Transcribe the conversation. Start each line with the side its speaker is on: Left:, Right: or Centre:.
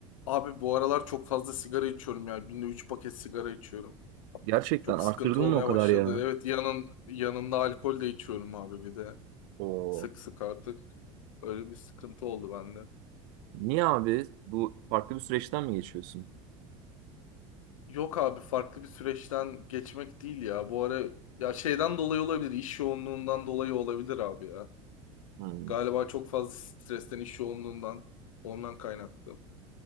Left: Abi bu aralar çok fazla sigara içiyorum ya. Günde 3 paket sigara içiyorum.
Right: Gerçekten
Left: Çok
Right: arttırdın
Left: sıkıntı olmaya
Right: mı o kadar
Left: başladı.
Right: ya?
Left: Evet yanın, yanında alkol de içiyorum abi bir de.
Right: Oo.
Left: Sık sık artık. Öyle bir sıkıntı oldu bende.
Right: Niye abi? Bu farklı bir süreçten mi geçiyorsun?
Left: Yok abi farklı bir süreçten geçmek değil ya. Bu ara ya şeyden dolayı olabilir. iş yoğunluğundan dolayı olabilir abi ya.
Right: Hmm.
Left: Galiba çok fazla stresten, iş yoğunluğundan ondan kaynaklı.